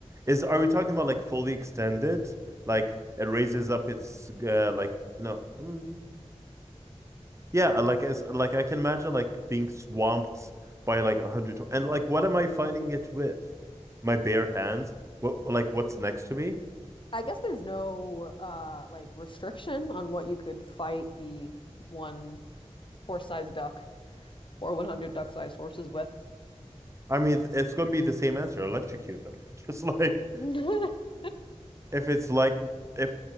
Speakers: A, on the right; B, on the left.
A: is are we talking about like fully extended? Like it raises up its uh, like no, mm, yeah. Like it's like I can imagine like being swamped by like a hundred and like what am I fighting it with? My bare hands? What like what's next to me?
B: I guess there's no uh like restriction on what you could fight the one horse-sized duck or 100 duck-sized horses with.
A: I mean, it's going to be the same answer. Electrocute them. <laughs> Just like
B: <laughs>
A: if it's like if